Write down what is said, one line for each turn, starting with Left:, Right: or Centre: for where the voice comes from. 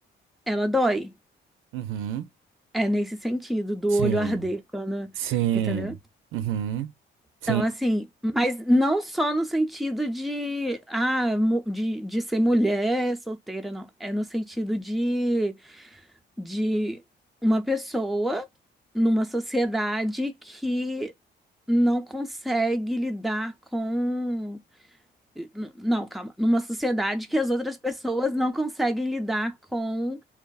Centre: ela dói.
Right: Uhum.
Centre: É nesse sentido, do
Right: Sim.
Centre: olho arder, quando,
Right: Sim.
Centre: entendeu?
Right: Uhum. Sim.
Centre: Então, assim, mas não só no sentido de, ah, mu- de, de ser mulher solteira, não. É no sentido de, de uma pessoa numa sociedade que não consegue lidar com. eh, n- Não, calma. Numa sociedade que as outras pessoas não conseguem lidar com,